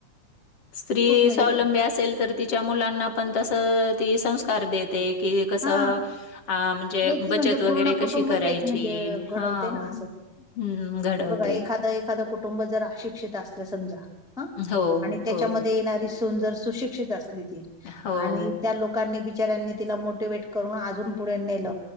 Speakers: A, on the left; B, in the centre.
A: स्त्री
B: खूप म्हणजे
A: स्वावलंबी असेल तर- तिच्या मुलांना पण तसं ती संस्कार देते.... कि कस
B: हा
A: अं म्हणजे
B: नाही ती
A: बचत-
B: म्हणजे
A: वगैरे
B: पूर्ण कुटुंब
A: कशी करायची
B: एक म्हणजे घडवते
A: हां.
B: ना असं
A: हं, घडवते.
B: बघा एखा आता एखाद कुटुंब जर अशिक्षित असले समजा हा
A: हो,
B: आणि त्याच्या
A: हो,
B: मध्ये येनारी सु जर सुशिक्षित असती ती
A: हो,
B: आणि त्या लोकांनी बिच्यारयांणी तिला मोठ िवट करून अजून पुढे नेल